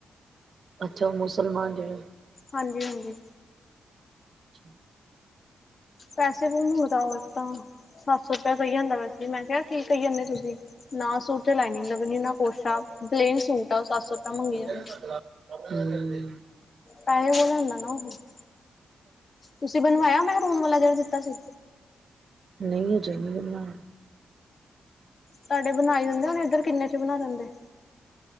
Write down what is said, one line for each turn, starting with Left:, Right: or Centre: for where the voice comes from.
Right: ਅੱਛਾ, ਓ ਮੁਸਲਮਾਨ ਜੇੜੇ।
Left: ਹਾਂਜੀ-ਹਾਂਜੀ।
Right: ਅੱਛਾ।
Left: ਪੈਸੇ ਬਹੁ ਮੰਗਦਾ ਓ ਇੱਕ ਤਾਂ, ਸੱਤ ਸੌ ਰੁਪਏਆ ਕਈ ਜਾਂਦਾ ਵੈਸੇ ਮੈਂ ਕਿਆ ਕੀ ਕਈ ਜਾਂਨੇ ਓਂ ਤੁਸੀਂ। ਨਾ ਸੂਟ ਤੇ ਲਾਈਨਿੰਗ ਲੱਗਨੀ ਨਾ ਕੁਸ਼ ਆ ਪਲੇਨ ਸੂਟ ਆ ਓ ਸੱਤ ਸੌ ਰੁਪਇਆ ਮੰਗੀ
Right: ਹੂੰ।
Left: ਜਾਂਦੀ। ਤਾਈਓਂ ਮੈ ਮਨਾ ਕੀਤਾ, ਤੁਸੀਂ ਬਨਵਾਇਆ ਮਹਿਰੂਨ ਵਾਲਾ ਜੇੜਾ ਦਿੱਤਾ ਸੀ।
Right: ਨਈ ਹਜੇ ਨੀ ਬਨਵਾਇਆ।
Left: ਤਾਡੇ ਬਨਾ ਈ ਦਿੰਦੇ ਹੋਨੇ ਏਦਰ ਕਿੰਨੇ ਚ ਬਨਾ ਦਿੰਦੇ।